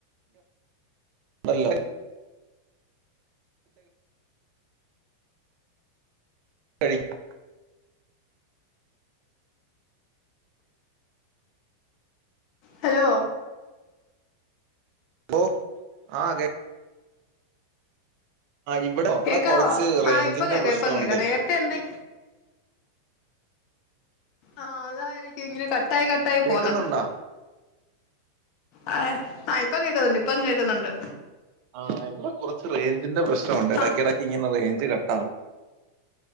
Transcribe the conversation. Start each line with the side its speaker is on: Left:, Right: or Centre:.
Right: ഇല്ല <unintelligible> കഴിക്കു
Left: ഹലോ
Right: ഹലോ ആ കേക്ക് ഇവിടെ ഇവിടെ
Left: കേക്കാവോ
Right: കുറച്ച് റേഞ്ചിന്റെ
Left: ആഹ് ഇപ്പം കേക്കാ
Right: പ്രശ്നമുണ്ടേ
Left: ഇപ്പം കേക്കാ നേരത്തെ എന്താ ആഹ് അതായിരിക്കും ഇങ്ങനെ കട്ടായി കട്ടായി
Right: കേക്കുന്നുണ്ടോ
Left: പോന്ന്‌ ആ ആ ഇപ്പൊ കേൾക്കുന്നുണ്ട് ഇപ്പ കേൾക്കുന്നുണ്ട്
Right: ആ ഇവിടെ കുറച്ച്. റേഞ്ചിന്റെ പ്രശ്നൊണ്ട്. ഇടയ്ക്കിടയ്ക്ക്.
Left: ആ
Right: ഇങ്ങനെ റേഞ്ച് കട്ട് ഉണ്ടാവും